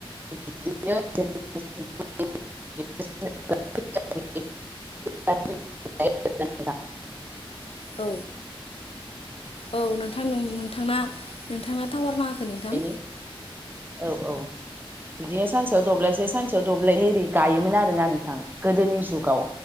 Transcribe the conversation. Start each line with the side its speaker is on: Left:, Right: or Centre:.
Right: <unintelligible>
Left: औ औ नोंथां नोंथांना नोंथां टावार नाङाखै नोंथां।
Right: बिदिनो औ औ बिदिनो सानसेयाव दब्लायसे सानसेयाव दब्लायनै एगायोमोन आरोना नोंथां गोदोनि जुगाव।